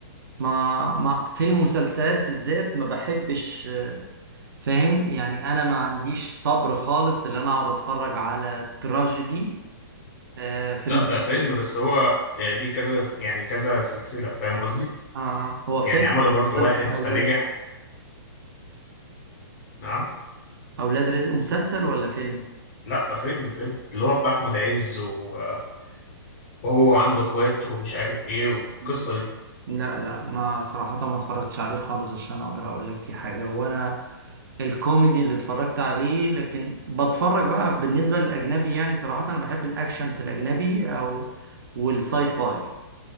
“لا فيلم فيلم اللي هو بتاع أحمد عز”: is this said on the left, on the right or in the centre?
Left